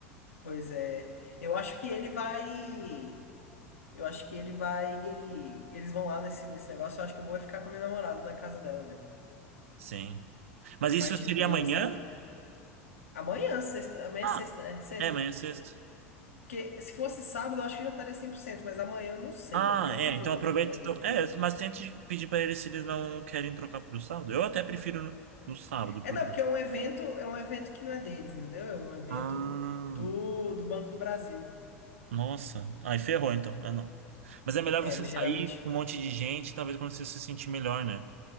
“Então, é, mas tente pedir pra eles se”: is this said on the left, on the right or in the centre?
Right